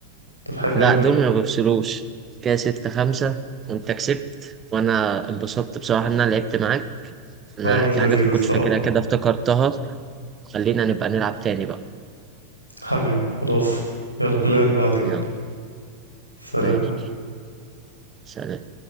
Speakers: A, on the left (about 85°); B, on the right (about 25°).
A: طب حلو
B: لا
A: أوي كده
B: دول ما بفصلوش كده ستة خمسة وأنت كسبت وأنا اتبسطت بصراحة إن أنا لعبت معاك أنا
A: اه كانت
B: في
A: لذيذة
B: حاجات ما
A: الصراحة
B: كنتش فاكرها كده افتكرتها خلينا نبقى نلعب تاني بقى
A: حبيبي خلاص يلا كلامك بعدين
B: يلا
A: سلام
B: ماشي سلام